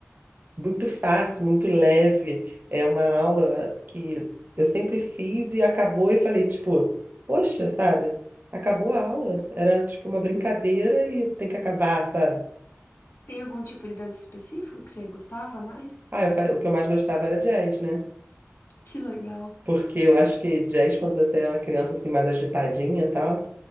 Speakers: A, on the right; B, on the left.
A: muito fácil, muito leve. É uma aula que eu sempre fiz e acabou e falei tipo, poxa, sabe? Acabou a aula. Era tipo uma brincadeira e tem que acabar, sabe?
B: Tem algum tipo de dança específico que você gostava mais?
A: Ah, eu fa- o que eu mais gostava era jazz, né?
B: Que legal.
A: Porque eu acho que jazz, quando você é uma criança assim mais agitadinha e tal,